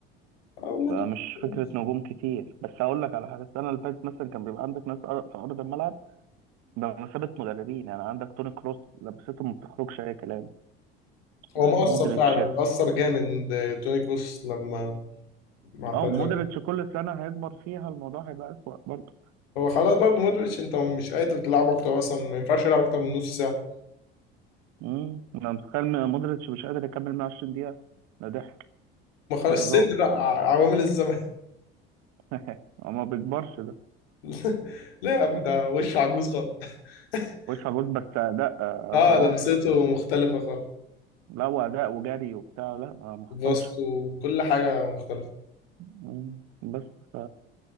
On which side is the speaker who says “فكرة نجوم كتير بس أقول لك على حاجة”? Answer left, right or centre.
Right